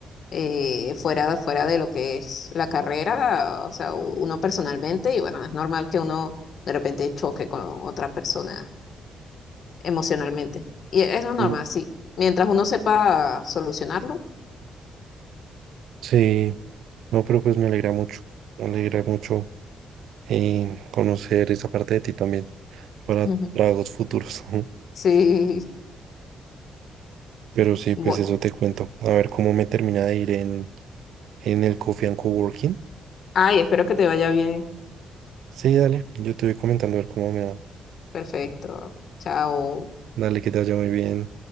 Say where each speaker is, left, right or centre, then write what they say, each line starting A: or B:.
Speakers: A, on the left; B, on the right.
A: eh, fuera, fuera de lo que es la carrera, o sea, u- uno personalmente, y bueno, es normal que uno de repente choque con otra persona emocionalmente. Y es lo normal,
B: Mm.
A: sí. Mientras uno sepa solucionarlo.
B: Sí, no, pero pues me alegra mucho, me alegra mucho eh, conocer esa parte de ti también
A: <laughs>
B: para
A: Ujú.
B: tragos futuros. <laughs>
A: Sí.
B: Pero sí, pues
A: bu-
B: eso te cuento. A ver cómo me termina de ir en, en el Coffee and Coworking.
A: Ay, espero que te vaya bien.
B: Sí, dale, yo te voy comentando a ver cómo me va.
A: Perfecto. Chao.
B: Dale, que te vaya muy bien.